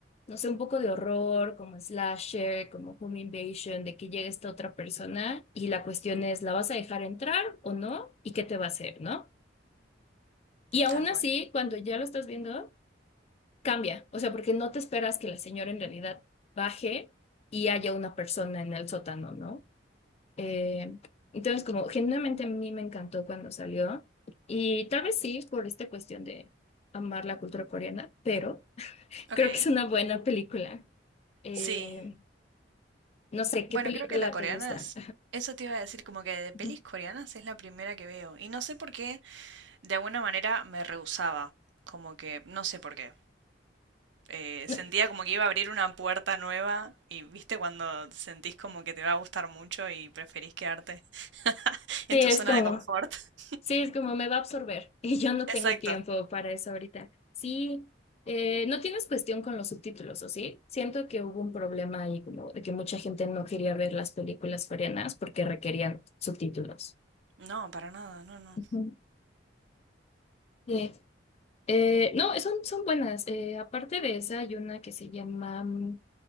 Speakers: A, on the left; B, on the right.
A: no sé, un poco de horror, como slasher, como home invasion, de que llegue esta otra persona y la cuestión es, ¿la vas a dejar entrar o no? ¿Y qué te va a hacer, no? Y aún
B: Tal
A: así,
B: cual.
A: cuando ya lo estás viendo, cambia. O sea, porque no te esperas que la señora en realidad baje y haya una persona en el sótano, ¿no? Eh, entonces, como genuinamente a mí me encantó cuando salió. Y tal vez sí, por esta cuestión de amar la cultura coreana, pero
B: Ok.
A: creo que es una buena película. Eh,
B: Sí.
A: no sé,
B: Bueno,
A: ¿qué película
B: creo que la coreana
A: te gusta?
B: es... Eso te iba a decir, como que de pelis
A: Ujú.
B: coreanas es la primera que veo. Y no sé por qué, de alguna manera me rehusaba. Como que, no sé por qué. eh,
A: No,
B: sentía como que iba a abrir una puerta nueva y viste cuando sentís como que te va a gustar mucho y preferís quedarte <laughs> en
A: sí, es
B: tu zona
A: como,
B: de confort. <laughs>
A: sí, es como me va a absorber <laughs> y yo no
B: Exacto.
A: tengo tiempo para eso ahorita. Sí, eh, no tienes cuestión con los subtítulos, ¿o sí? Siento que hubo un problema ahí como de que mucha gente no quería ver las películas coreanas porque requerían subtítulos.
B: No, para nada, no, no.
A: Ujú. Sí. Eh, no, son, son buenas. Eh, aparte de esa, hay una que se llama mm,